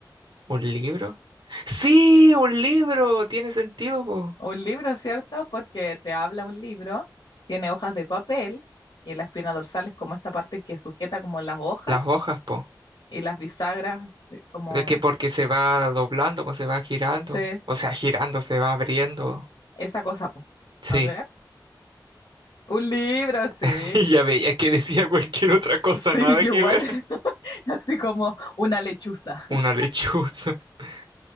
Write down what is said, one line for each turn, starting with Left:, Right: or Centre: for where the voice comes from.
Right: ¿Un libro? Sí, un libro. Tiene sentido, po.
Left: un libro, ¿cierto? Porque te habla un libro, tiene hojas de papel y la espina dorsal es como esta parte que sujeta como las hojas
Right: Las hojas, po.
Left: y las bisagras de- como,
Right: De que porque se va doblando, pues se va girando.
Left: sí,
Right: O sea, girando, se va abriendo.
Left: esa cosa, po.
Right: Sí.
Left: A ver, un libro, sí.
Right: <laughs> Y ya veía que decía cualquier otra cosa,
Left: Sí,
Right: nada
Left: yo
Right: que
Left: igual,
Right: ver.
Left: <laughs> así como una lechuza. <laughs>
Right: Una lechuza. <laughs>